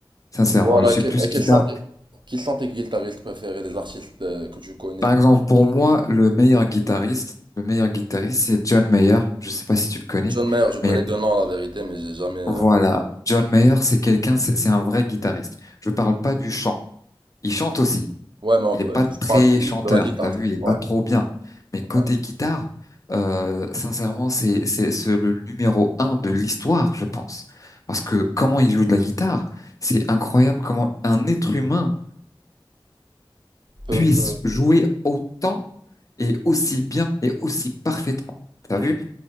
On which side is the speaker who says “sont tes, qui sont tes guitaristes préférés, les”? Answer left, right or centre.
Right